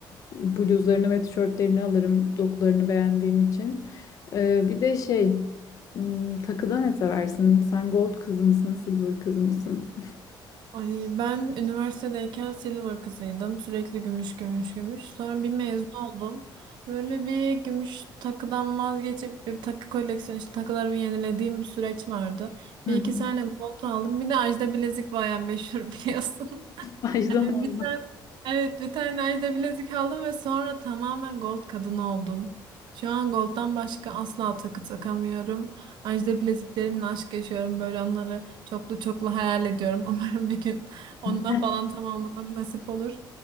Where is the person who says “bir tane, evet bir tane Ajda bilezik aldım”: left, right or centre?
Right